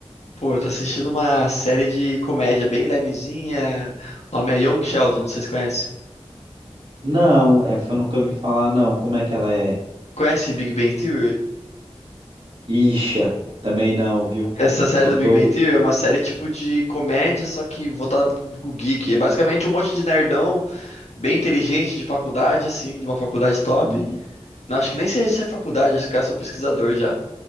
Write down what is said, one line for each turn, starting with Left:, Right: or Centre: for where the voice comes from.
Left: Pô, eu tô assistindo uma série de comédia bem levezinha. O nome é Young Sheldon, não sei se conhece.
Right: Não, essa eu nunca ouvi falar, não. Como é que ela é?
Left: Conhece Big Bang Theory?
Right: Ixa, também não, viu?
Left: Essa série
Right: Eu
Left: do
Right: tô.
Left: Big Bang Theory é uma série tipo de comédia, só que voltada pro público geek. É basicamente um monte de nerdão bem inteligente de faculdade, assim, de uma faculdade top.
Right: Hum,
Left: Não, acho que nem sei se é faculdade, acho que é só pesquisador já.